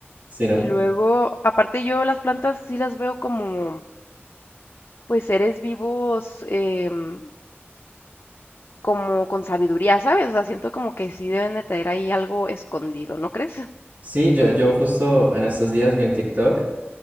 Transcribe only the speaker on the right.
¿Sí, no?
Sí, yo, yo justo en estos días vi un TikTok